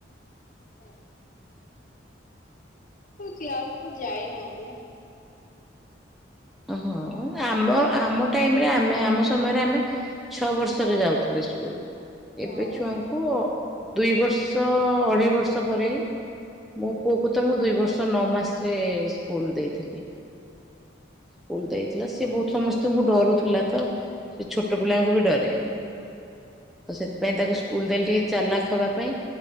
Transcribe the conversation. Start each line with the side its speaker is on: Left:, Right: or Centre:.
Left: ଆ
Centre: <inaudible>
Left: କ୍ଲାସ କୁ ଯାଇନାହାନ୍ତି ନା।
Centre: ହଁ ଆମ ଆମ ଟାଇମରେ ଆମେ ଆମ ସମୟରେ ଆମେ ଛଅ ବର୍ଷରେ ଯାଉଥିଲେ ସ୍କୁଲ
Left: ହଁ।
Centre: ଏବେ ଛୁଆଙ୍କୁ କୁ ଦୁଇ ବର୍ଷ ଅଢ଼େଇ ବର୍ଷ ପରେ ହିଁ ମୋ ପୁଅକୁ ତ ମୁଁ ଦୁଇ ବର୍ଷ ନଅ ମାସରେ ସ୍କୁଲ ଦେଇଥିଲି। ସ୍କୁଲ ଦେଇଥିଲା ସିଏ ବହୁତ ସମସ୍ତିଙ୍କୁ ଡରୁଥିଲା ତ ସିଏ ଛୋଟ ପିଲାଙ୍କୁ ବି ଡରେ। ତ ସେଥିପାଇଁ ତାକୁ ସ୍କୁଲ ଦେଲି ଟିକେ ଚାଲାଖ ହବା ପାଇଁ।